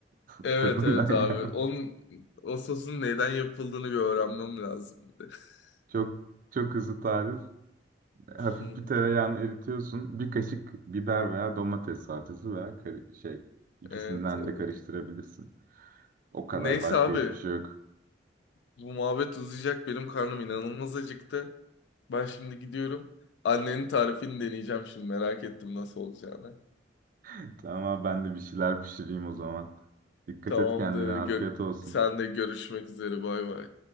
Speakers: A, on the right; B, on the left.
A: <laughs>
B: Evet
A: tadından
B: evet abi.
A: ya.
B: Onun o sosun neyden yapıldığını bir öğrenmem lazım bir de. <laughs>
A: Çok çok hızlı tarif. Hafif
B: Hı.
A: bir tereyağını eritiyorsun. Bir kaşık biber veya domates salçası veya kar- şey ikisinden
B: Evet evet.
A: de karıştırabilirsin. O kadar
B: Neyse
A: başka
B: abi
A: hiçbir şey yok.
B: Bu muhabbet uzayacak. Benim karnım inanılmaz acıktı. Ben şimdi gidiyorum. Annenin tarifini deneyeceğim şimdi. Merak ettim nasıl olacağını.
A: <laughs> Tamam ben de bir şeyler pişireyim o zaman. Dikkat
B: Tamamdır.
A: et kendine afiyet
B: Gör-
A: olsun.
B: sen de görüşmek üzere. Bay bay.